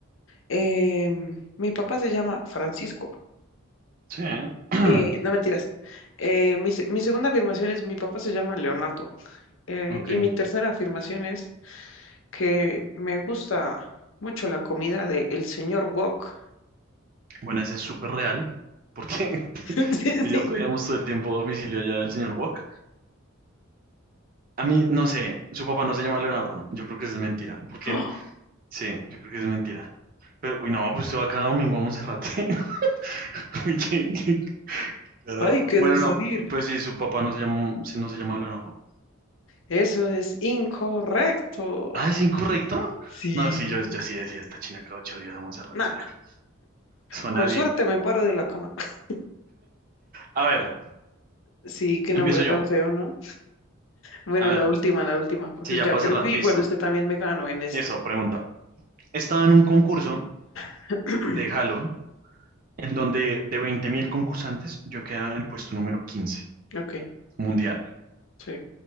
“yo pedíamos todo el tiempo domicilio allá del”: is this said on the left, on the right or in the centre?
Right